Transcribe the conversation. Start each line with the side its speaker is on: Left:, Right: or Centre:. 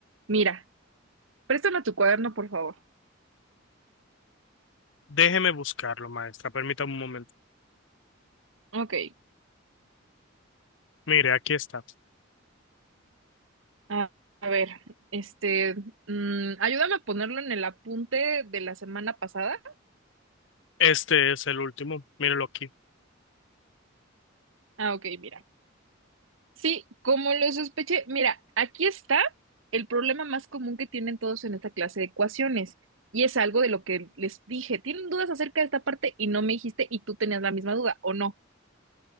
Right: Mira, préstame tu cuaderno, por favor.
Left: Déjeme buscarlo, maestra. Permítame un momento.
Right: Ok.
Left: Mire, aquí está.
Right: A, a ver, este, mm, ayúdame a ponerlo en el apunte de la semana pasada.
Left: Este es el último. Mírelo aquí.
Right: Ah, ok, mira. Sí, como lo sospeché, mira, aquí está el problema más común que tienen todos en esta clase de ecuaciones. Y es algo de lo que les dije. ¿Tienen dudas acerca de esta parte y no me dijiste y tú tenías la misma duda o no?